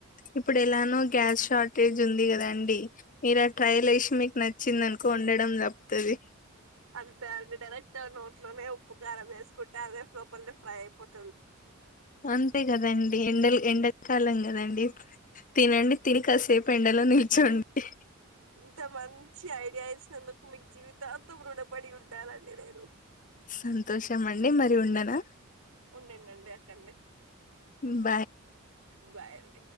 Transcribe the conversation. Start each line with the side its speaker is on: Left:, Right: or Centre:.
Left: ఇప్పుడు ఎలానో గ్యాస్ షార్టేజ్ ఉంది కదండి అండి మీరా ట్రైల్ వసి మీకు నచ్చిందం కొండడం తపుతది
Right: అంతే అండి డైరెక్ట్ నోట్లోనే ఉప్పు కారం వేసుకుంటే అదే లోపలినే ఫ్రై అయిపోతుంది
Left: అంతే కదండి ఎండలు ఎండకాలం కదండడి తినండి తిని కాసేపు ఎండలో నిల్చండి
Right: ఇంత మంచి ఐడియా ఇచ్చినందుకు మీకు జీవితాంతం రుణపడి ఉంటాఅండి నేను
Left: సంతోషం అండి మరి ఉండనా
Right: ఉండ ఉన్నాడికే
Left: హ
Right: బయలే